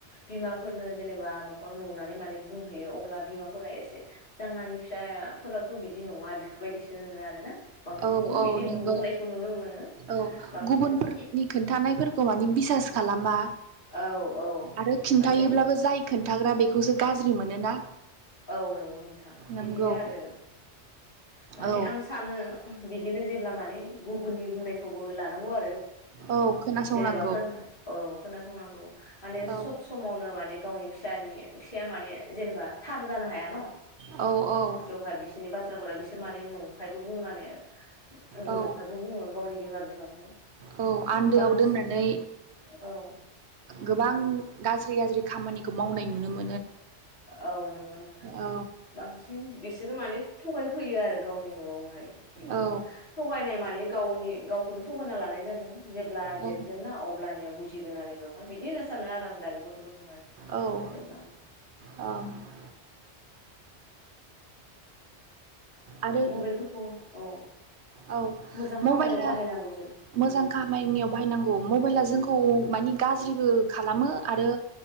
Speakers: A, on the left (about 50°); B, on the right (about 70°).
A: बिमाफोर। नो जेनेबा नुहर नुनानै माने बुंहैयो अब्ला बिमा फोरा एसे जोंहानि फिसाफोरावथ' बिदि नङा बेफोरबायदिसो होनो आरो ना। बांसिनखौनो
B: औ औ
A: बिदि
B: नंगौ
A: बुंनायखौ नुनो मोनो।
B: औ
A: बांसिन
B: गुबुनफोरनि खोन्थानायफोरखौ माने बिसास खालामा।
A: औ। औ
B: आरो खिन्थायोबब्लाबो
A: माने
B: जाय खिन्थाग्रा बेखौसो गाज्रि मोनोना।
A: औ नंगौ नोंथां
B: नंगौ
A: बिदिनो आरो माने
B: औ
A: आं सानो बि दिनो जेब्ला माने गुबुननि बुंनायखौबो लानांगौ आरो।
B: औ खोनासंनांगौ
A: जेनेबा औ खोनासंनांगौ माने
B: औ
A: सब समावनो माने गावनि फिसानि फि माने जेनेबा थार जानो हाया न'।
B: औ औ।
A: बेवहाय बिसोरनि बाथ्राफोरा बिसोर माने नंखायबो बुंनानै नंखायबो।
B: औ
A: बुङो गावनि बिमा बिफाखौ
B: औ आन्दोआव
A: बांसिन
B: दोननानै
A: औ।
B: गोबां
A: औ
B: गाज्रि गाज्रि खामानिखौ मावनाय नुनो मोनो।
A: औ नंगौ नोंथां।
B: औ
A: बांसिन बिसोरो माने थगायफैयो आरो गावनि न'आवहाय। बिदिनो
B: औ
A: थगायनाय माने गावनि। गावखौनो थगायना लानाय जादों ।जेब्ला
B: औ
A: देरगोन ना अब्लानिया बुजिगोन आरो बेवहाय बिदिनो सानो आरो आं दा। दानि गथ'फोरखौहाय
B: ओं
A: जेब्ला
B: ओ आरो
A: मबाइलफोरखौ औ
B: औ
A: मोजां
B: मबाइला
A: खामानियाव बाहायनांगौ जों
B: मोजां
A: उम
B: खामानियाव बाहायनांगौ मबाइला जोंखौ मानि गाज्रिबो खालामो आरो